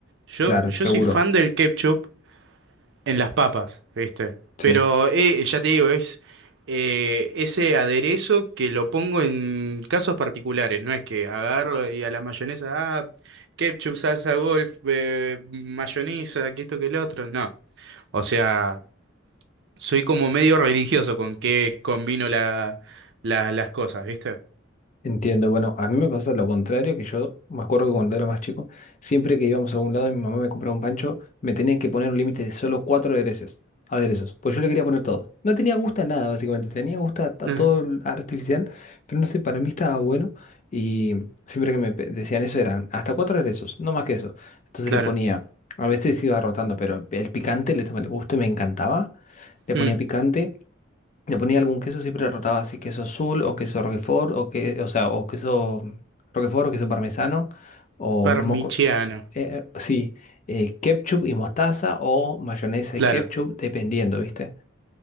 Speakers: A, on the right; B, on the left.
A: Yo,
B: Claro,
A: yo
B: seguro.
A: soy fan del ketchup en las papas, ¿viste?
B: Sí.
A: Pero eh, ya te digo, es eh, ese aderezo que lo pongo en casos particulares, no es que agarro y a la mayonesa, ah, ketchup, salsa golf, eh, mayonesa, que esto que el otro, no. O sea, soy como medio religioso con qué combino la, la- las cosas, ¿viste?
B: Entiendo, bueno, a mí me pasa lo contrario, que yo me acuerdo que cuando era más chico, siempre que íbamos a algún lado y mi mamá me compraba un pancho, me tenían que poner un límite de solo cuatro aderezos, aderezos, pues yo le quería poner todo. No tenía gusto a nada, básicamente, tenía gusto a, a
A: Ajá,
B: todo el artificial, pero no sé, para mí estaba bueno y siempre que me pe- decían eso eran hasta cuatro aderezos, no más que eso. Entonces
A: Claro.
B: le ponía, a veces iba rotando, pero el picante le tomé el gusto y me encantaba, le ponía
A: Mm,
B: picante. Le ponía algún queso, siempre rotaba así, queso azul o queso roquefort o que, o sea, o queso roquefort o queso parmesano o
A: parmigiano,
B: no me acuerdo. Eh, eh, sí, eh, ketchup y mostaza o mayonesa
A: claro.
B: y ketchup, dependiendo, ¿viste?